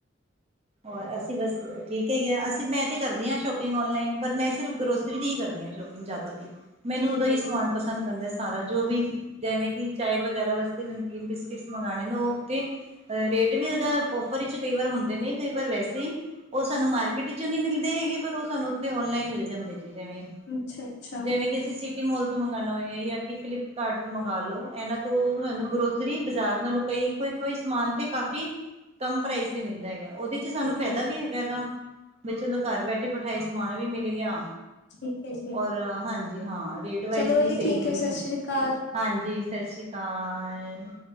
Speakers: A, on the right; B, on the left.
A: ਔਰ ਅਸੀਂ ਬਸ ਠੀਕ ਹੈਗੇ ਆ। ਅਸੀਂ, ਮੈਂ ਤੇ ਕਰਦੀ ਆ ਸ਼ੋਪਿੰਗ ਔਨਲਾਈਨ। ਪਰ ਮੈਂ ਸਿਰਫ਼ ਗਰੋਸਰੀ ਦੀ ਹੀ ਕਰਦੀ ਆ ਸ਼ੋਪਿੰਗ। ਜਿਆਦਾ ਤੇ ਮੈਨੂੰ
B: ਠੀਕ
A: ਉਹਦਾ ਈ
B: ਹੈ
A: ਸਮਾਨ
B: ਜੀ
A: ਪਸੰਦ ਆਂਦਾ ਸਾਰਾ। ਜੋ ਵੀ ਜਿਵੇਂ ਕਿ ਚਾਏ ਵਗੈਰਾ ਵਾਸਤੇ, ਨਮਕੀਨ, ਬਿਸਕਿਟਸ ਮੰਗਾਂਣੇ ਨੇ। ਉਹ ਓ ਤੇ ਰੇਟ ਵੀ ਉਹਦਾ, ਔਫਰ ਇੱਚ ਕਈ ਵਾਰ ਹੁੰਦੇ ਨੇ। ਕਈ ਵਾਰ ਵੈਸੇ ਈ। ਉਹ ਸਾਨੂੰ ਮਾਰਕੀਟ 'ਚੋਂ ਨੀ ਮਿਲਦੇ ਹੈਗੇ। ਪਰ ਉਹ ਸਾਨੂੰ ਉੱਥੇ ਔਨਲਾਈਨ ਮਿਲ ਜਾਂਦੇ ਜੇ। ਜਿਵੇਂ
B: ਅੱਛਾ-ਅੱਛਾ
A: ਜਿਵੇਂ ਕਿ ਅਸੀਂ ਸੀਟ ਟੀ ਮੋਲ ਤੋਂ ਮੰਗਾਣਾ ਹੋਏ। ਜਾਂ ਕਿ ਫਲਿੱਪਕਾਡ ਤੋਂ ਮੰਗਾਲੋ। ਐਂਨਾਂ ਤੋਂ ਤਹਾਨੂੰ ਗ੍ਰੋਸਰੀ ਬਾਜ਼ਾਰ ਨਾਲੋਂ ਪ‌ਏ ਕੋਈ ਕੋਈ ਸਮਾਨ ਤੇ ਕਾਫ਼ੀ, ਕੰਮ ਪ੍ਰਾਈਜ਼ ਤੇ ਮਿਲਦਾ ਹੈਗਾ। ਓਦੇ 'ਚ
B: ਠੀਕ
A: ਸਾਨੂੰ ਫ਼ਾਇਦਾ
B: ਹੈ
A: ਵੀ ਹੈਗਾ ਗਾ। ਵੀ ਚਲੋ, ਘਰ ਬੈਠੇ-ਬਿਠਾਏ ਸਮਾਨ ਵੀ ਮਿਲ ਗਿਆ।
B: ਠੀਕ ਹੈ ਜੀ।
A: ਔਰ, ਹਾਂਜੀ ਹਾਂ। ਰੇਟ ਵਾਈਜ਼
B: ਚਲੋ
A: ਵੀ
B: ਜੀ
A: ਸਈ
B: ਠੀਕ
A: ਮਿਲਗੇ।
B: ਹੈ ਸਤਿ ਸ੍ਰੀ ਅਕਾਲ।
A: ਹਾਂਜੀ, ਸਸ਼੍ਰੀਕਾਲ।